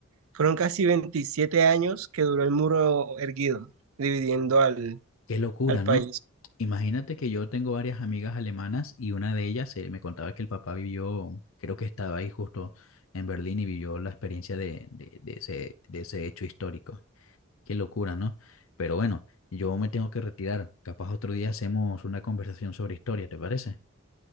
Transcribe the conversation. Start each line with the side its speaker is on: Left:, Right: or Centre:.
Right: fueron casi 27 años que duró el muro erguido, dividiendo al,
Left: qué locura,
Right: al país.
Left: ¿no? Imagínate que yo tengo varias amigas alemanas y una de ellas eh, me contaba que el papá vivió, creo que estaba ahí justo en Berlín y vivió la experiencia de, de- de ese, de ese hecho histórico. Qué locura, ¿no? Pero bueno, yo me tengo que retirar. Capaz otro día hacemos una conversación sobre historia, ¿te parece?